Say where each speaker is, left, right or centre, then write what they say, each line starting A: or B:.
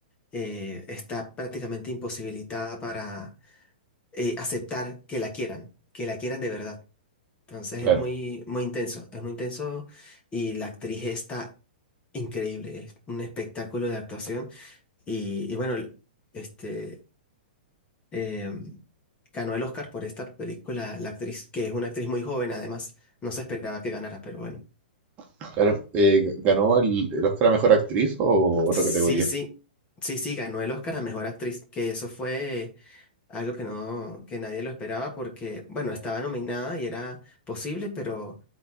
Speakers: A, on the left; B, on the right.
A: eh, está prácticamente imposibilitada para eh, aceptar que la quieran, que la quieran de verdad. Entonces
B: Claro,
A: es muy, muy intenso, es muy intenso y la actriz está increíble, es un espectáculo de actuación. Y, y bueno, este, eh, ganó el Oscar por esta película, la actriz, que es una actriz muy joven además, no se esperaba que ganara, pero bueno.
B: claro. Eh, ¿ganó el, el Oscar a Mejor Actriz o otra
A: Sí,
B: categoría?
A: sí, sí, sí, ganó el Oscar a Mejor Actriz, que eso fue algo que no, que nadie lo esperaba porque, bueno, estaba nominada y era posible, pero,